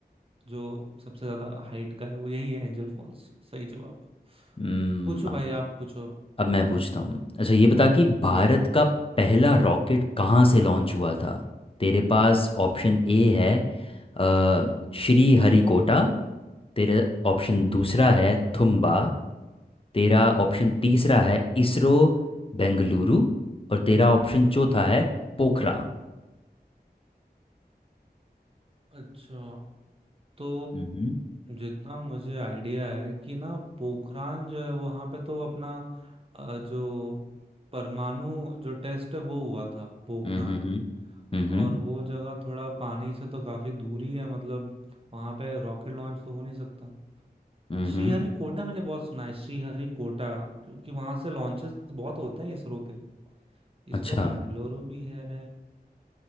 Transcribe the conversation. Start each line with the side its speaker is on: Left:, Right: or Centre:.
Right: जो सबसे ज्यादा हाइट का है वो यही है एंजल फॉल्स सही जवाब
Left: हम्म,
Right: पूछो भाई आप पूछो अब
Left: अब मैं पूछता हूँ अच्छा ये बता कि भारत
Right: हम्म
Left: का पहला रॉकेट कहाँ से लॉन्च हुआ था तेरे पास ऑप्शन ए है अ, श्री हरिकोटा तेरा ऑप्शन दूसरा है थुम्बा तेरा ऑप्शन तीसरा है इसरो बेंगलुरु और तेरा ऑप्शन
Right: हम्म
Left: चौथा है पोखरा
Right: अच्छा तो
Left: हम्म
Right: जितना मुझे आइडिया है कि ना पोखरान जो है वहां पे तो अपना अ, जो परमाणु जो टेस्ट है वो हुआ था पोखरान
Left: हम्म
Right: में
Left: हम्म
Right: और वो जगह थोड़ा पानी से तो काफी दूरी है मतलब वहां पे रॉकेट लॉन्च तो हो नहीं सकता
Left: हम्म
Right: श्रीहरिकोटा मैंने बहुत सुना है श्रीहरिकोटा क्योंकि वहां से लॉन्चेस बहुत होते हैं इसरो के इसरो
Left: अच्छा
Right: बेंगलुरु भी है